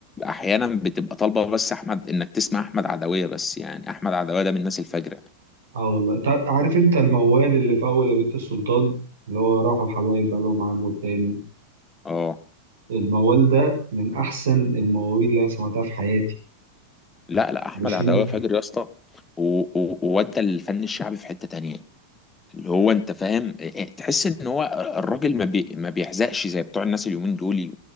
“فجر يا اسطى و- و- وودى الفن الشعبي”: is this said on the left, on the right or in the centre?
Left